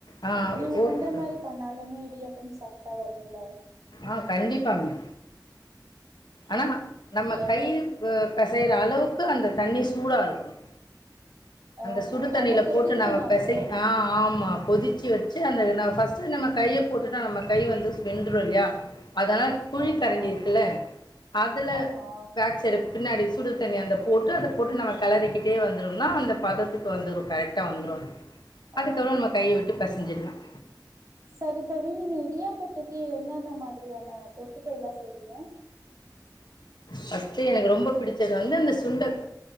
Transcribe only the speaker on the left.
ஆ
ஓகே.
சார்.
ஆஹ் கண்டிப்பாமா ஆனா நம்ம
கை பு பெசையற அளவுக் க்கு அந்த தண்ணி சூடா இருக்கணும்
அந்த சுடுதண்ணில
போட்டு நம
பெசை ஆஹ் ஆமா கொதிச்சு வச்சு அந்த நம்ம ஃபர்ஸ்ட் நம்ம கைய போட்டுட்டா நம்ம கை வந்து வெந்துடு இல்லையா அதனால குழி
கரண்டி இருக்குல்ல அதுல
பேக்சைடு பின்னாடி சுடு தண்ணி அந்த போட்டு <unintelligible> போட்டு நம்ம கலறிக்கிட்டே வந்துரும்னா அந்த பதத்துக்கு வந்துரு கரெக்டா வந்துறும் அதுக்கப்புறம்
நம்ம கைய விட்டு பெசசிட்லாம்
ஃபஸ்ட் எனக்கு ரொம்ப புடிச்சது வந்து அந்த சுண்ட